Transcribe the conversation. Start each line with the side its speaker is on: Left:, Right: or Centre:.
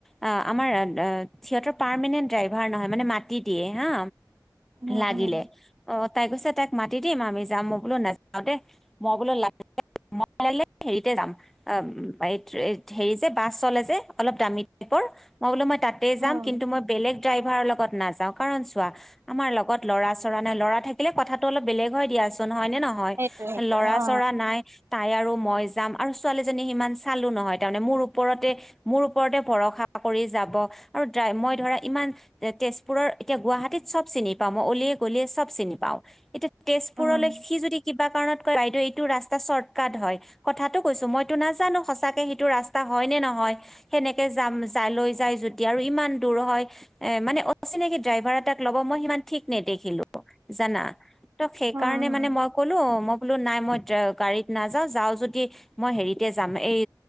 Centre: অ আমাৰ সিহঁতৰ পাৰ্মেণ্ট ড্ৰাইভাৰ নহয় মানে মাতি দিয়ে হা
Right: উম
Centre: লাগিলে
Right: উম
Centre: অ তাই কৈছে তাইক মাতি দিম আমি যাম মই বোলো নাযাওঁ দেই মই বোলো ল মই লাগিলে হেৰিতে যাম। অ এই হেৰি যে বাছ চলে যে অলপ দামী টাইপৰ মই বোলো মই তাত তাতেই যাম
Right: উম
Centre: কিন্তু মই বেলেগ ড্ৰাইভাৰৰ লগত নাযাওঁ কাৰণ চোৱা আমাৰ লগত ল'ৰা চৰা নাই ল'ৰা থাকিলে কথাটো অলপ বেলেগ হৈ দিয়াচোন হয় নে ন হয়
Right: সেইটোৱে সেইটোৱে
Centre: ল'ৰা
Right: অ
Centre: চৰা নাই। তাই আৰু মই যাম আৰু ছোৱালীজনী সিমান চালো নহয় তাৰমানে মোৰ ওপৰতে মোৰ ওপৰতে ভৰসা কৰি যাব আৰু ড্ৰাই মই ধৰা ইমান তেজপুৰৰ এতিয়া গুৱাহাটীত চব চিনি পাওঁ মই অলিয়ে গলিয়ে চব চিনি পাওঁ এতিয়া তেজপুৰলৈ
Right: উম
Centre: সি যদি কিবা কাৰণত কয় বাইদেউ এইটো ৰাস্তা চৰ্ট কাট হয়। কথাটো কৈছো মইতো নাজানো সঁচাকে সেইটো ৰাস্তা হয় নে? নহয় সেনেকে যাম যাই লৈ যায় যদি আৰু ইমান দূৰ হয় এ, মানে অচিনাকি ড্ৰাইভাৰ এটাক ল'ব মই সিমান ঠিক নে দেখিলোঁ, জানা, ত সেইকাৰণে
Right: উম উম
Centre: মানে মই ক'লো মই বোলো নাই মই ড্ৰাই গাড়ীত নাযাও, যাওঁ যদি, মই হেৰিতে যাম এই